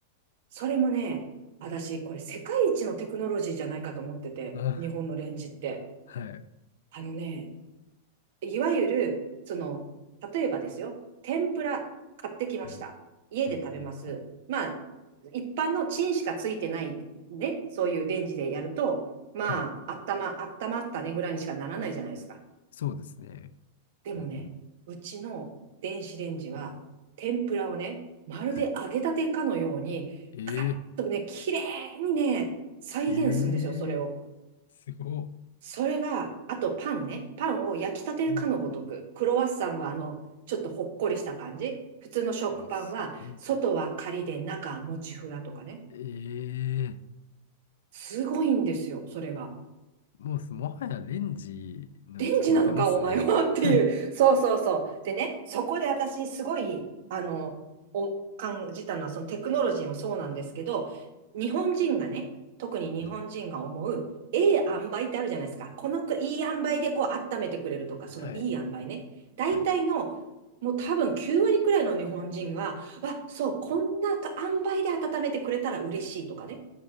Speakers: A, on the right; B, on the left.
A: それもね、私、これ世界一のテクノロジーじゃないかと思ってて、
B: あ、
A: 日本のレンジって。
B: はい。
A: あのね、いわゆる、その、例えばですよ、天ぷら買ってきました。
B: うん。
A: 家で食べます。
B: うんうんうん
A: まあ、一般のチンしかついてないね、そういうレンジでやると、まあ、
B: はい。
A: あったま、あったまったねぐらいにしかならないじゃないですか。
B: そうですね。
A: でもね、
B: うんうん。
A: うちの電子レンジは、天ぷらをね、まるで揚げたてかのように、
B: はい。え
A: カラッとね、綺麗にね、再現するんですよ、
B: えええ
A: それを。
B: すごっ。
A: それが、あとパンね。パンを焼きたてかのごとく。
B: うん
A: クロワッサンはあの、ちょっとほっこりした感じ。普通の食パンは、
B: うん。あ、すごいな。
A: 外はカリで中はもちふわとかね。
B: ええ
A: すごいんですよ、それが。
B: もうす、もはやレンジの域超えてますね。
A: 電ンジなのか、お前は <laughs> っていう。
B: <laughs>
A: そうそうそう。でね、そこで私、すごい、あの、お、感じたのは、そのテクノロジーもそうなんですけど、日本人がね、特に日本人が思う、
B: うん。
A: ええ塩梅ってあるじゃないですか。このく、いい塩梅でこう、温めてくれるとか、そのいい塩梅ね。
B: はい。
A: 大体の、
B: はい。
A: もう多分9割くらいの日本人は、わ、そう、こんなか塩梅で温めてくれたら嬉しいとかね。